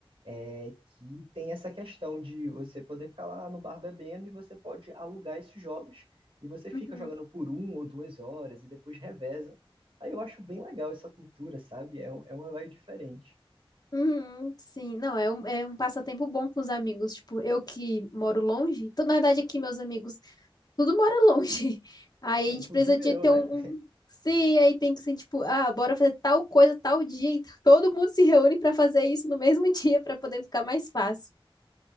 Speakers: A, on the right (about 70°); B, on the left (about 45°).
A: é que tem essa questão de você poder ficar lá no bar bebendo e você pode alugar esses jogos e você fica
B: uhum,
A: jogando por um ou duas horas e depois reveza. Aí eu acho bem legal essa cultura, sabe? É, um- é uma vibe diferente.
B: uhum, sim, não, é um, é um passatempo bom com os amigos. Tipo, eu que moro longe, tô, na verdade aqui meus amigos tudo mora longe. <laughs> Aí
A: É,
B: a gente
A: inclusive
B: precisa de
A: eu,
B: ter
A: né?
B: um, um sim, aí tem que ser tipo, ah, bora fazer tal coisa tal dia. E todo mundo se reúne pra fazer isso no mesmo <laughs> dia pra poder ficar mais fácil.